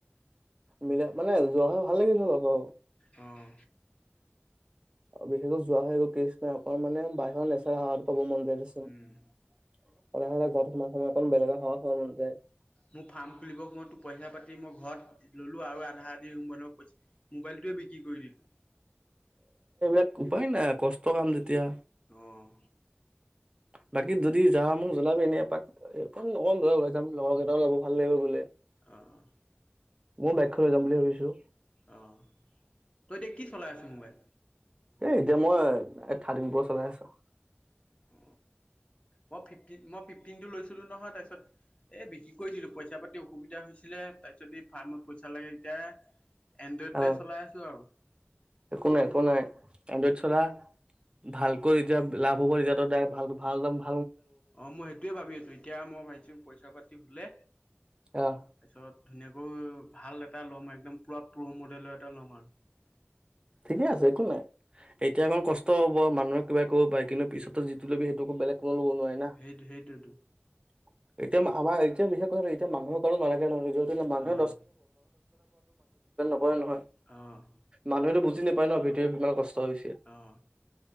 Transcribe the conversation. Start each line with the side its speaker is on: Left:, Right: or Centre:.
Right: মিলাই মানে যোৱা হয় ভাল লাগিল অলপ আৰু
Left: অঁ
Right: আৰু বিশেষকৈ যোৱা হয় একো কেচ নাই অক মানে বাহিৰৰ নেচাৰ হ <unintelligible> মন্দিৰ <unintelligible> তমাৰ
Left: উম,
Right: সময়ক বেগ সম মন যায় <unintelligible>
Left: মোৰ ফাৰ্ম খুলিবৰ সময়তো পইচা পাতি মই ঘৰত ললো আৰু আধা দি মোবাইল পইচা মোবাইলটোৱে বিক্ৰী কৰি দিলো
Right: এক উপায় নাই কষ্ট কাম যেতিয়া
Left: অ',
Right: বাকী যদি জাহ মোক জনাবি এনে এপাক। এই অ ধ যাম <unintelligible> ও লব ভাল লাগিব বোলে
Left: আহঁ
Right: মই বাইকখন লৈ যাম বুলি ভাবিছো।
Left: আহ তই দে কি চলাই আছ মোবাইল
Right: এ এতিয়া মই এ থাৰ্টি ফৰ চলাই আছো
Left: অ মই ফিফটিন মই ফিফটিন টো লৈছিলো নহয় তাৰপিছত এই বিক্ৰী কৰি দিলো পইচা পাতি অসুবিধা হৈছিলে তাৰ পিছত ফাৰ্মত পইচা লাগে এতিয়া এনড্ৰইডতে
Right: আহ
Left: চলাই আছো আৰু। <unintelligible>
Right: একো নাই একো নাই এনড্ৰইড চলা ভালকৈ এতিয়া লাভ হ'ব তেতিয়াতো ভাল ভালাম <unintelligible>
Left: অ মই সেইটোয়ে ভাবি আছো এতিয়া মই ভাবিছো কথা পাতি হুলে
Right: আহ
Left: তাৰপিছত <unintelligible> ধুনীয়াকৈ ভাল দে ল' মাইম <unintelligible> একদম পুৰা প্ৰ মডেলৰ এটা লম আৰু <unintelligible>
Right: ঠিকে আছে একো নাই এতিয়া অকণ কষ্ট হব মানুহে কিবা ক'ব পাৰে কিন্তু পিছতো যিটো লবি সেইটোকো বেলেগ কোনো ল'ব নোৱাৰে না <unintelligible>
Left: সেই সেইটোৱেতো
Right: এতিয়া আমাৰ এতিয়া বিশেষ কৈ এতিয়া মানুহৰ কাৰো নালাগে নহ <unintelligible> মানুহৰ
Left: অ'।
Right: <unintelligible> <unintelligible> <unintelligible> হয়-নহয়,
Left: অ',
Right: মানুহেতটো বু- হয় ন ভিতৰিত ইমান কষ্ট। হৈছে।
Left: অ',